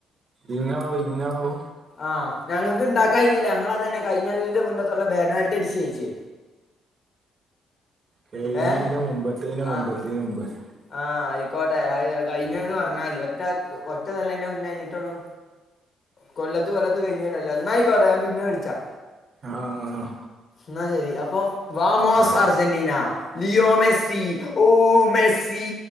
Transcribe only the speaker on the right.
ഇങ്ങളാവോ ഇങ്ങളാവോ
കയ്ഞ്ഞീന്റെ
മുമ്പത്തേന്റെ മുമ്പത്തേന്റെ
മുമ്പ് പറി
ആഹ്
ആഹ്